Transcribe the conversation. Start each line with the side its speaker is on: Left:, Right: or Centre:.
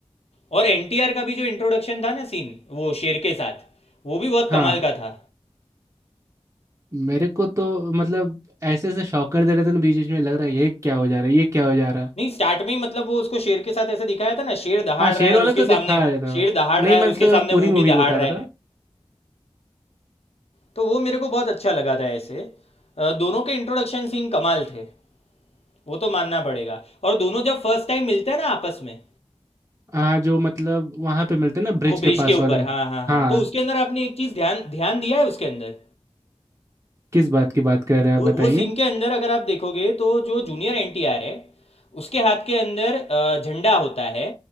Left: और एनटीआर का भी जो इंट्रोडक्शन था ना सीन वो शेर के साथ वो भी बहुत
Right: हाँ
Left: कमाल का था
Right: मेरे को तो मतलब ऐसे ऐसे शॉकर दे रहे थे ना बीच बीच में लग रहा है ये क्या हो जा रहा है ये क्या हो जा रहा है
Left: नहीं स्टार्ट में ही मतलब वो उसको शेर के साथ ऐसा दिखाया था ना शेर दहाड़
Right: हाँ शेर
Left: रहा है और
Right: वाला
Left: उसके
Right: तो
Left: सामने
Right: दिखा रहा था
Left: शेर दहाड़
Right: नहीं
Left: रहा है
Right: मतलब
Left: और उसके
Right: मैं
Left: सामने
Right: तो पूरी
Left: वो
Right: मूवी
Left: भी दहाड़
Right: को बता
Left: रहा
Right: रहा
Left: है
Right: था
Left: तो वो मेरे को बहुत अच्छा लगा था ऐसे अ, दोनों के इंट्रोडक्शन सीन कमाल थे वो तो मानना पड़ेगा और दोनों जब फर्स्ट टाइम मिलते हैं ना आपस में
Right: हाँ जो मतलब वहां पे मिलते हैं ना ब्रिज
Left: वो ब्रिज
Right: के पास
Left: के ऊपर
Right: वाले में
Left: हाँ हाँ हाँ
Right: हाँ
Left: तो उसके अंदर आपने एक चीज़ ध्यान ध्यान दिया है उसके अंदर
Right: किस बात की बात कर रहे हैं
Left: वो
Right: आप बताइए
Left: वो सीन के अंदर अगर आप देखोगे तो जो जूनियर एनटीआर है उसके हाथ के अंदर अ, झंडा होता है